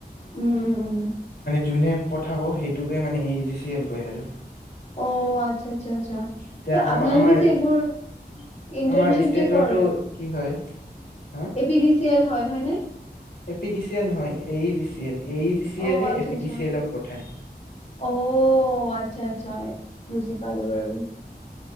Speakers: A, on the left; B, on the left.
A: উম উম উম।
B: যোনে পঠাব সেইটোকে মানে A E G C L কয় আৰু।
A: অ আচ্ছা আচ্ছা আচ্ছা
B: এতিয়া আম
A: আপোনালোকে
B: আমাৰ
A: যে এইবোৰ ইণ্টাৰ্নশিপ
B: আমাৰ ষ্টেটৰটো
A: যে কৰে
B: কি হয় হা
A: A P D C L হয় হয় ন
B: A P D C L নহয় A E G C L A E G C
A: অঁ
B: এলে
A: আচ্ছা
B: এ পি
A: আচ্ছা,
B: ডি চি এলক পঠায়
A: অহ আচ্ছা আচ্ছা বুজি পালো বাৰু।